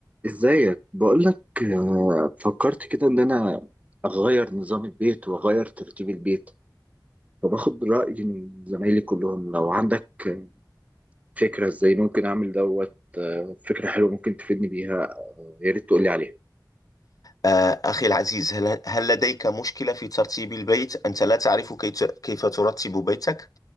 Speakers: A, on the right; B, on the left.
A: ازيك بقولك آه، فكرت كده ان انا اغير نظام البيت واغير ترتيب البيت فباخد رأي من زمايلي كلهم لو عندك آه، فكرة ازاي ممكن اعمل دوت آه، فكرة حلوة ممكن تفيدني بيها آه، يا ريت تقولي عليها
B: آه، أخي العزيز هل, هل لديك مشكلة في ترتيب البيت؟ أنت لا تعرف كي ت- كيف ترتب بيتك؟